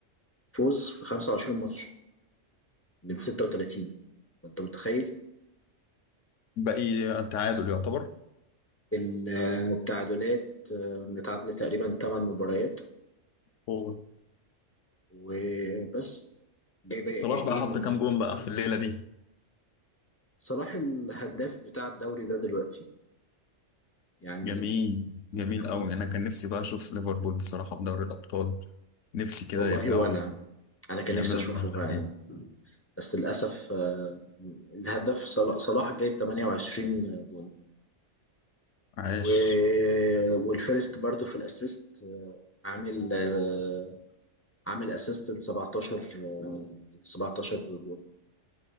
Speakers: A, on the left; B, on the left.
A: فوز في 25 ماتش من 36 انت متخيل
B: باقي تعادل يعتبر
A: ال- التعادلات آه، متعادله تقريبا 8 مباريات
B: هو
A: وبس جايب
B: صلاح
A: جايبين
B: بقى حط كام جون بقى في الليله دي
A: صلاح الهداف بتاع الدوري ده دلوقتي يعني
B: جميل
A: المفروض
B: جميل قوي انا كان نفسي بقى اشوف ليفربول بصراحه في دوري الابطال نفسي كده
A: والله
B: يرجعوا
A: وانا انا كان
B: يعملوا
A: نفسي اشوفه
B: منافسه
A: فعلا بس للاسف آه، الهداف صلا- صلاح جايب 28 جون
B: عاش
A: و... والفيرست برضو في الاسيست آه، عامل آه، عامل اسيست ل 17 آه، 17 جول